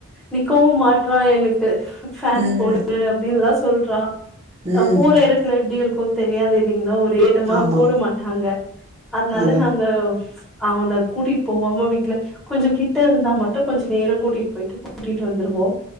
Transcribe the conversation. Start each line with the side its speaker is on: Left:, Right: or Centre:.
Centre: நிக்கவு மாட்றா எனக்கு ஃபேன்
Right: ம்
Centre: போடு அப்டின்லா சொல்றா
Right: ம்
Centre: அ போற
Right: ம்
Centre: இடத்துல எப்டி இருக்கு தெரியாது இல்லைங்கல்ல ஒரே இந்தமா
Right: ஆமா
Centre: போட மாட்டாங்க அதனால
Right: அதா
Centre: நாங்க அவன கூட்டிட்டு போவாம வீட்ல கொஞ்ச கிட்ட இருந்தா மட்டு கொஞ்ச நேரோ கூட்டிட்டு போயிட்டு கூட்டிட்டு வந்துருவோ